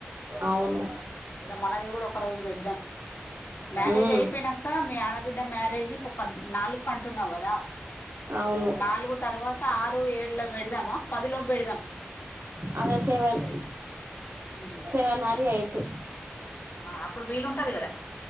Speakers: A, on the right; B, on the left.
A: అవును
B: ఇక మనది కూడా ఒక రోజు పెడదాం మ్యారేజ్
A: ఉమ్
B: అయిపోయినాక మీ ఆడ బిడ్డ మ్యారేజ్ ఇ పద్ నాలుగు కంటున్నావు కదా
A: అవును
B: నాలుగు తర్వాత ఆరు ఏడు లో పెడదామా పదిలోపు పెడదాం
A: అద seven
B: um,
A: seven or eight
B: ఆ అప్పుడు వీలుంటది కదా